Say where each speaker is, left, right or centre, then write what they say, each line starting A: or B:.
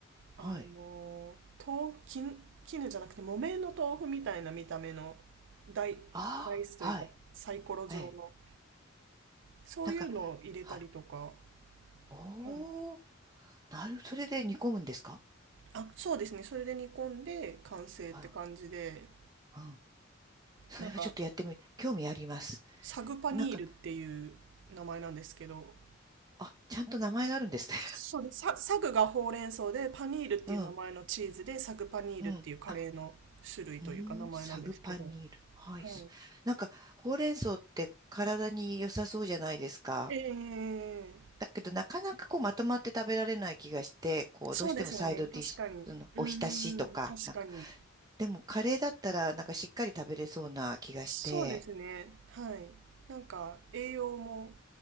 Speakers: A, on the right (about 20°); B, on the right (about 65°).
A: はい。
B: あの、豆腐、絹、絹じゃなくて木綿の豆腐みたいな見た目の大、
A: ああ、
B: ダイスというかサイコロ状の、
A: はい。ええ。
B: そういうのを入れたりとか、
A: なんか、はい。おー、
B: はい。
A: なる、それで煮込むんですか
B: あ、そうですね。それで煮込んで完成って感じで、
A: うん、うん。それはちょっとやってみ、
B: なんか、
A: 興味あります。
B: サグパニールっていう名前なんですけど、
A: なんか、あ、ちゃんと名前があるんですね。
B: そうです。サ、サグがほうれん草で、パニールっていう名前のチーズで、
A: <laughs> うん、
B: サグパニールっていうカレーの種類というか名前なんですけど、
A: うん。あ、うーん、サグパニール。はい。
B: は
A: すなんか、ほうれん草って体に良さそうじゃないですか。
B: い。ええ
A: だけど、なかなかこう、まとまって食べられない気がして、こう、
B: そうですよね。
A: どうしてもサイドディッシュ、
B: 確かに。
A: その、
B: うんうんうん。
A: お浸しとか、
B: 確かに。
A: なんか、でも、カレーだったら、なんかしっかり食べれそうな気がして、
B: そうですね。はい。なんか、栄養も、